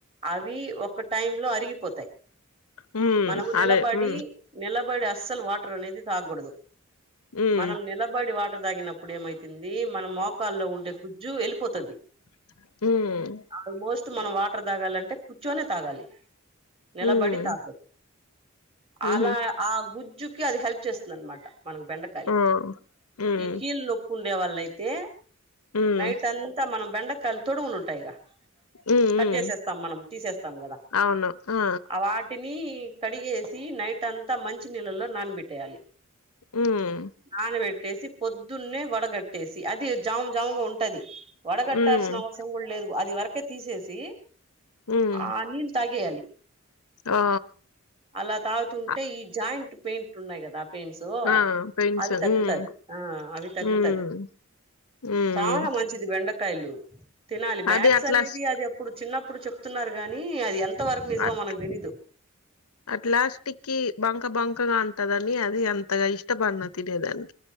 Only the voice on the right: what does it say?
అవి ఒక టైమ్ లో అరిగిపోతాయి
మనము నిలబడి
నిలబడి అస్సలు వాటర్ అనేది తాగ్గూడదు
మనం నిలబడి వా వాటర్ దాగినప్పుడు ఏమైతంది మన మోకాల్లో ఉండే గుజ్జు వెళ్ళిపోతది
ఆల్మోస్ట్ మనం వాటర్ తాగాలంటే కూర్చొనే తాగాలి నిలబడి
తా
అలా ఆ గుజ్జుకి అది హెల్ప్ చేస్తుంది అనమాట మనకు బెండకాయలు
ఈ కీళ్ల నొప్పు ఉండే వాళ్ళైతే
నైట్ అంతా మనం బెండకాయలు తొడుములు ఉంటాయిగా
కట్
చేసేస్తాం మనం తీసేస్తాం కదా
అవాట్ నీ కడిగేసి నైట్ అంతా మంచి నీళ్లలో నానబెట్టేయాలి
నానబెట్ ట్టేసి పొద్దున్నే వడగట్టేసి అది జాము జాముగా ఉంటది వడగట్టాల్సిన
అవసరం కూడా లేదు అది వరకే తీసేసి
ఆ నీళ్ళు తాగేయాలి
అలా తాగుతుంటే
ఈ జాయింట్ పెయింట్ ఉన్నాయి కదా పెయిన్సో
అవి తగ్గుతాది
ఆ అవి తగ్గుతది
చానా మంచిది బెండకాయలు తినాలి మ్యాక్స్
అనేది
అది అప్పుడు చిన్నప్పుడు చె చెప్తున్నారు గాని అది ఎంత వరకు నిజమో
మనకు తెలీదు